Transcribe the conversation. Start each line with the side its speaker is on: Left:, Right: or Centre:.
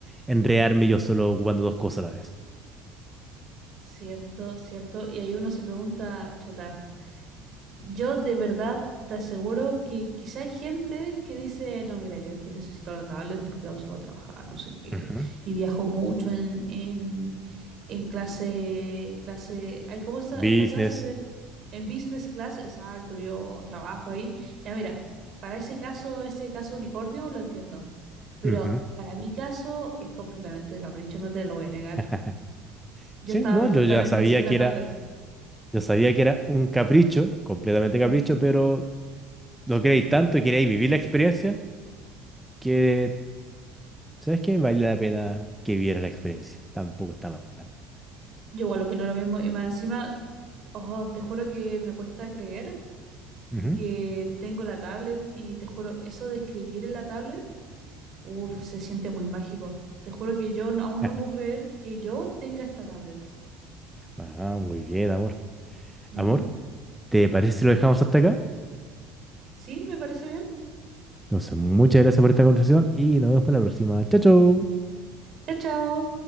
Centre: enredarme yo solo ocupando dos cosas a la vez?
Right: Cierto, cierto. Y ahí uno se pregunta, chuta. yo de verdad te aseguro que quizá hay gente que dice, no, mira, yo es que necesito la tablet porque la uso para trabajar, no sé qué,
Centre: Ujú.
Right: y viajo mucho en, en, en clase, clase, hay como esta,
Centre: Business.
Right: esta clase de, en business class, exacto, yo trabajo ahí, ya mira, para ese caso, ese caso unicornio lo entiendo, pero
Centre: Ujú.
Right: para mi caso es completamente de capricho, no te lo voy a negar.
Centre: <laughs>
Right: Yo
Centre: Sí,
Right: estaba
Centre: no,
Right: perfectamente
Centre: yo ya sabía
Right: sin la
Centre: que
Right: tablet.
Centre: era Yo sabía que era un capricho, completamente
Right: Ujú,
Centre: capricho, pero lo
Right: Sí.
Centre: queréis tanto y queréis vivir la experiencia que, ¿sabes qué? Vale la pena que viera la experiencia. Tampoco está mal.
Right: Yo igual opino lo mismo. Y más encima, Oh, te juro que me cuesta creer
Centre: Ujú.
Right: que tengo la tablet y te juro, eso de escribir en la tablet, uff, se siente muy mágico. Te juro que yo no- aún
Centre: <laughs>
Right: no puedo creer que yo tenga esta tablet.
Centre: Ah, muy bien, amor.
Right: Ujú.
Centre: Amor, ¿te parece si lo dejamos hasta acá?
Right: Sí, me parece bien.
Centre: Entonces, muchas gracias por esta conversación y nos vemos para la próxima. Chao, chao.
Right: Chao, chao.